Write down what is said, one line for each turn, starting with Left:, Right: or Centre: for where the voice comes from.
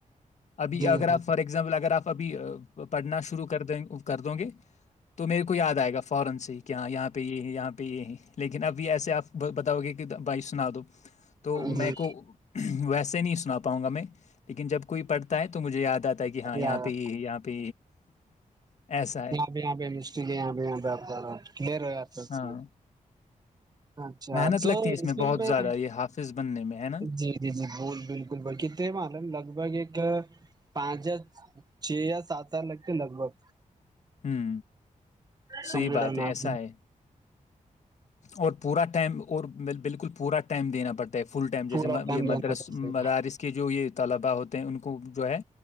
Left: ابھی
Right: جی
Left: اگر
Right: جی
Left: آپ فار ایگزامپل اگر آپ ابھی پڑھنا شروع کر دیں کر د گے تو میرے کو یاد آئے گا فورن سے ہی کہ ہاں یہاں پہ یہ ہے یہاں پہ یہ ہے لیکن ابھی ایسے آپ بتاؤ گے کہ بائیسو سنا دو تو
Right: جی
Left: میں کو ویسے نہیں پاؤں گا میں لیکن جب کوئی پڑھتا ہے تو مجھے یاد آتا کہ ہاں یہاں
Right: یار
Left: پہ یہاں پہ ایسا ہے
Right: یہاں پہ یہاں پہ مسٹیک ہے یہاں پہ یہاں پہ آپ کا کلیئر ہو جاتا ہے اس
Left: ہاں
Right: میں اچھا
Left: محنت
Right: تو
Left: لگتی ہے اس
Right: اسکول
Left: بہت
Right: میں
Left: زیادہ یہ حافظ بننے میں ہے نا
Right: جی جی جی ب بالکل بکت ہیں معلوم لگ بھگ ایک پانچ یا چھ یا سات ہزار لگتے لگ بھگ
Left: ہوں صحیح
Right: کمپٹپ
Left: بات ہے ایسا ہے اور پورا ٹائم اور بالکل پورا ٹائم دینا پڑتا ہے فل ٹائم جیسے
Right: پورا ٹائم
Left: یہ مدرس
Right: دینا پڑتا
Left: مدارس
Right: ہے۔
Left: کے جو یہ طلبا ہوتے ہیں ان کو جو ہے